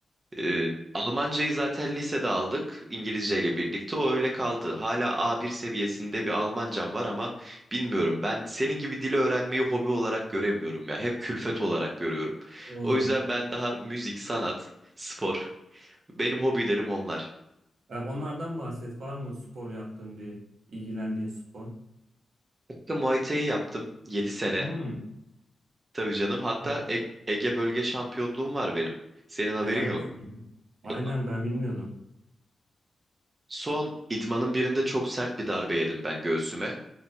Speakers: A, on the right; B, on the right.
A: Ee, Almancayı zaten lisede aldık İngilizce ile birlikte. O öyle kaldı. Hala A1 seviyesinde bir Almancam var ama bilmiyorum. Ben senin gibi dili öğrenmeyi hobi olarak göremiyorum ya. Hep külfet olarak görüyorum.
B: Doğru.
A: O yüzden ben daha müzik, sanat, spor. Benim hobilerim onlar.
B: E, onlardan bahset. Var mı spor yaptığın bir ilgilendiğin spor?
A: Kanka Muay Thai yaptım 7 sene.
B: Hmm.
A: Tabii canım. Hatta
B: Ha,
A: E- Ege bölge şampiyonluğum var benim. Senin haberin
B: helal
A: yok.
B: olsun. ya. Aynen
A: Elvan.
B: ben bilmiyordum.
A: Son idmanın birinde çok sert bir darbe yedim ben göğsüme.